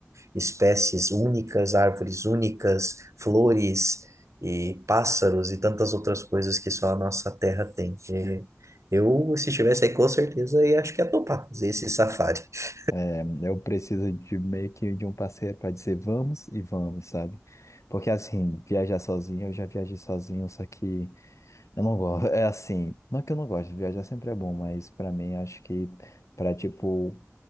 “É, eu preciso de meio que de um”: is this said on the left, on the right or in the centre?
Left